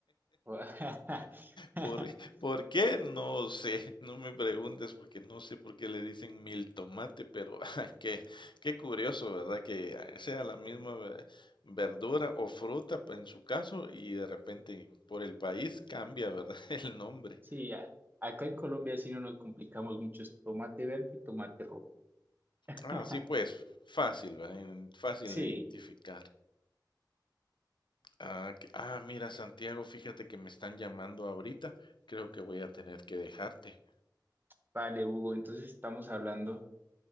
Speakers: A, on the right; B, on the left.
A: <laughs>
B: ¿Por, por qué? No sé, <laughs> no me preguntes porque no sé por qué le dicen mil tomate, pero <laughs> ay, qué, qué curioso, ¿verdad? Que sea la misma ve- verdura o fruta pa- en su caso y de repente por el país cambia, ¿verdad? <laughs> El nombre.
A: Sí, a- acá en Colombia sí no nos complicamos mucho, es tomate verde, tomate rojo. <laughs>
B: Ah, sí, pues fácil, ¿verdad? En- Fácil
A: Sí,
B: de identificar. Ah, que- ah, mira, Santiago, fíjate que me están llamando ahorita. Creo que voy a tener que dejarte.
A: vale, Hugo, entonces estamos hablando.